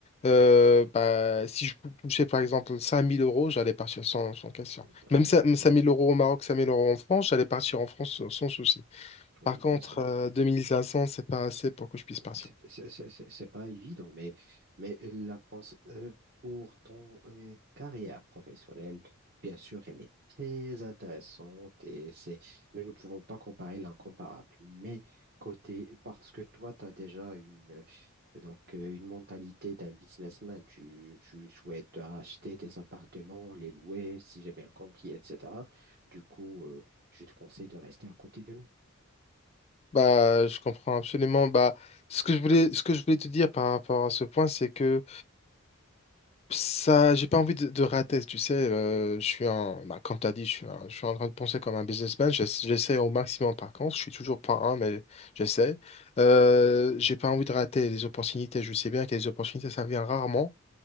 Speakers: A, on the left; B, on the right.
A: euh, bah, si je pou- touchais, par exemple, 5000 euros, j'allais partir sans, sans question.
B: Euh,
A: Même 5000 euros au Maroc, 5000 euros en France, j'allais partir en France sans sans souci.
B: oui,
A: Par contre,
B: bien sûr.
A: euh, 2500, c'est pas assez pour que je puisse partir.
B: C'est c'est- c'est- c'est- c'est pas évident, mais, mais la France, euh, pour ton euh, carrière professionnelle, bien sûr, elle est très intéressante et c'est, nous ne pouvons pas comparer l'incomparable. Mais côté, parce que toi, tu as déjà une, euh, donc, euh, une mentalité d'un businessman, tu, tu souhaites acheter des appartements, les louer, si j'ai bien compris, etc. Du coup, euh, je te conseille de rester à côté de nous.
A: Bah, je comprends absolument. Bah, ce que je voulais, ce que je voulais te dire par rapport à ce point, c'est que ça, j'ai pas envie de, de rater. Tu sais, euh, je suis un, bah, comme t'as dit, je suis un- je suis en train de penser comme un businessman. J'ess- J'essaie au maximum. Par contre, je suis toujours pas un, mais j'essaie. Euh, j'ai pas envie de rater les opportunités. Je sais bien que les opportunités, ça vient rarement.